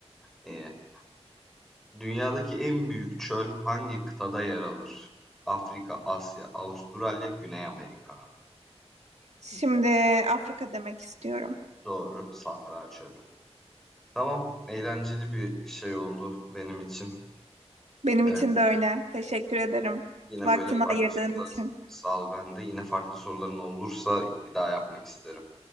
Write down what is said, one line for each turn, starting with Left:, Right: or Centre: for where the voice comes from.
Centre: Ee, dünyadaki en büyük çöl hangi kıtada yer alır? Afrika, Asya, Avustralya, Güney Amerika.
Right: Şimdi Afrika demek istiyorum.
Centre: Doğru, Sahra Çölü. Tamam, eğlenceli bir şey oldu benim için.
Right: Benim
Centre: Ee,
Right: için de öyle. Teşekkür ederim.
Centre: yine
Right: Vaktini
Centre: böyle farklı
Right: ayırdığın
Centre: sorular,
Right: için.
Centre: sağ ol ben de. Yine farklı soruların olursa bir daha yapmak isterim.